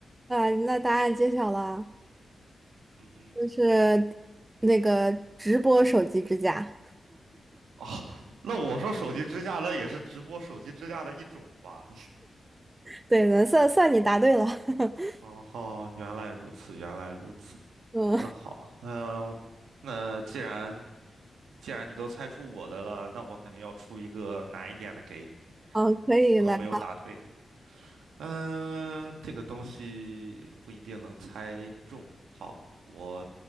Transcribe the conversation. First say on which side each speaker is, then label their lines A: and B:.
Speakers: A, on the right; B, on the right.
A: 啊，那答案揭晓了，
B: 嗯哼，
A: 就是那个直播手机支架。
B: 哦，那我说手机支架，那也是直播手机支架的一种吧？
A: 对的，算算你答对了。<laughs>
B: 哦，原来如此，原来如此。
A: 嗯，
B: 那好，嗯、那既然既然你都猜出我的了，那我肯定要出一个难一点的给你。
A: 哦，可以来吧。
B: 我都没有打退你。嗯、这个东西不一定能猜中。好，我